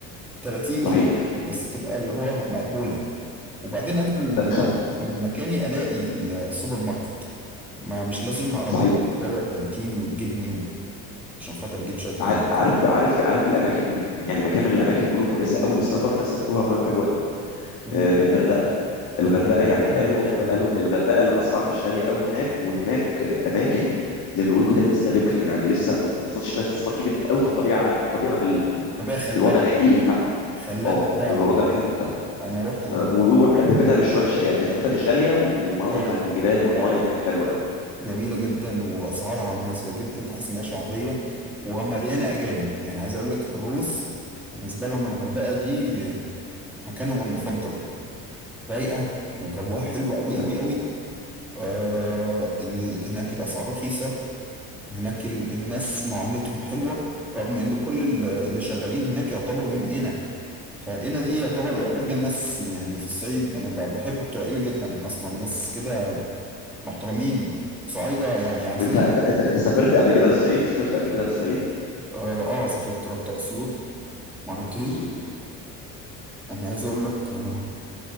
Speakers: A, in the centre; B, on the left.
A: 30
B: صحيح
A: جنيه بس تبقى اللي هو مقبولة وبعدين أنزل
B: ب-
A: من
B: طب
A: من مكاني ألاقي السوبر ماركت ما مش لازم عربية
B: صحيح
A: دوت توديني وتجيبني و- عشان خاطر اجيب شوية حاجات
B: عار- عارف عارف عارف الاماكن ال- يعني مكان من الاماكن اللي بيقولوا كويسه قوي للسفر ناس سافروها وقالوا حلوه
A: امم
B: آه، الغردقه الغردقه
A: جميل
B: يعني
A: بحب
B: قالوا
A: الغردقة قوي
B: قالوا ان الغردقه الاسعار مش غاليه قوي هناك وهناك آه، اماكن زي ما بيقولوا كده لسه بكر يعني لسه ما حصلش فيها استثمار كبير قوي في الطبيعه الطبيعه بال
A: الغردقة خلابة
B: بالوضع الحقيقي بتاعها
A: خلابة
B: اه
A: فعلا
B: بالوضع الحقيقي بتاعها
A: انا رحت الغردقة
B: آه، بيقولوا برضه
A: مرة
B: تكلفتها مش وحشه يعني تكلفتها مش غاليه والمناظر
A: خالص
B: بتاعت الجبال والميه
A: لا لا
B: هناك حلوه قوي
A: جميلة جدا واسعارها مناسبة جدا تحس انها شعبية ومليانة اجانب يعني عايز اقول لك الروس بالنسبة لهم الغردقة دي مكانهم المفضل رايقة وجوها
B: م-
A: حلو قوي
B: صحيح
A: قوي قوي آه
B: م-
A: ال- هناك الاسعار رخيصة هناك ال- الناس معاملتهم حلوة رغم ان كل ال- اللي شغالين هناك يعتبروا من قنا فقنا دي يعتبر
B: م- م.
A: ارجى الناس يعني في الصعيد انا ب- بحب بتوع قنا جدا اصلا ناس كده محترمين صعايدة يعني عارفين
B: انت انت انت انت سافرت قبل كده للصعيد سافرت قبل كده للصعيد
A: اه, آه سافرت رحت اسيوط مرتين
B: اسيوط
A: انا عايز اقول لك آه